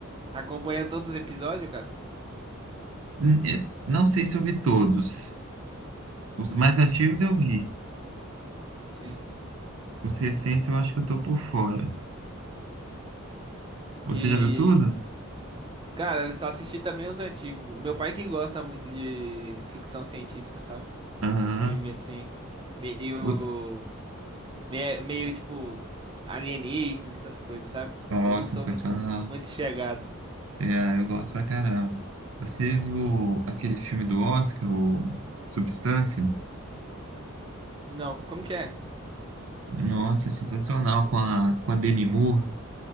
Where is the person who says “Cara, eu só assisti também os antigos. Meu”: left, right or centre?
Right